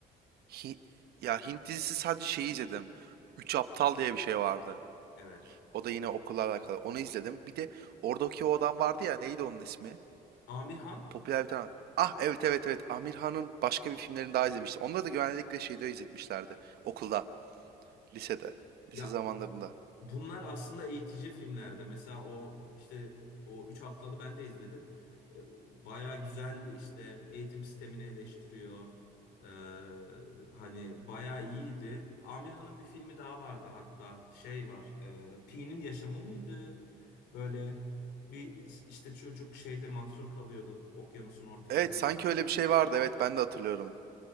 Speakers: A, on the right (about 70°); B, on the left (about 85°).
A: Hi- ya Hint dizisi sadece şeyi izledim. Üç Aptal diye bir şey vardı.
B: Evet.
A: O da yine okulla alakalı. Onu izledim. Bir de oradaki o adam vardı ya neydi onun ismi?
B: Amir Han?
A: Popüler bir tane. Ah evet evet evet. Amir Han'ın başka bir filmlerini daha izlemiştim. Onları da genellikle şeyde izletmişlerdi. Okulda, lisede,
B: Ya
A: lise zamanlarında.
B: bunlar aslında eğitici filmlerde. Mesela o işte o Üç Aptalı ben de izledim. E, Baya güzeldi işte eğitim sistemini eleştiriyor. E, hani baya iyiydi. Amirhan'ın bir filmi daha vardı hatta şey var. E, Pi'nin yaşamı mıydı? Böyle bir işte çocuk şeyde mahsur kalıyordu okyanusun ortasında.
A: Evet sanki öyle bir şey vardı. Evet ben de hatırlıyorum.